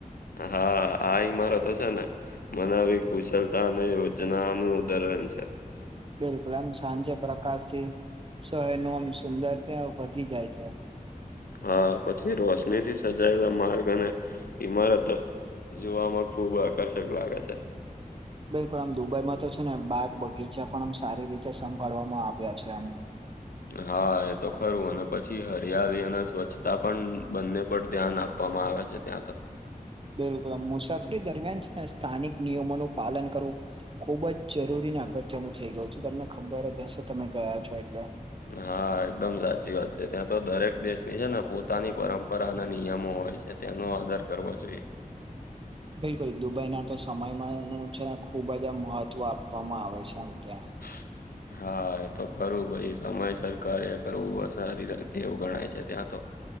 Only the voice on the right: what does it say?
બિલકુલ આમ સાંજે પ્રકાશથી સો એનું આમ સુંદર તા વધી જાય છે.
બિલકુલ આમ દુબઈમાં તો છે ને, બાગ બગીચા પણ આમ સારી રીતે સંભાળવામાં આવ્યા છે આમ
બિલકુલ મુસાફરી દરમિયાન છે ને સ્થાનિક નિયમો નું પાલન કરવું ખુબ જ જરૂરીને અગત્યનું થઈ ગયું છે. તમને ખબર જ હશે તમે ગયા છો એટલે
બિલકુલ દુબઈ ના તો સમયમાં નું છે ને ખુબ જ આમ મહત્વ આપવામાં આવે છે, આમ ત્યાં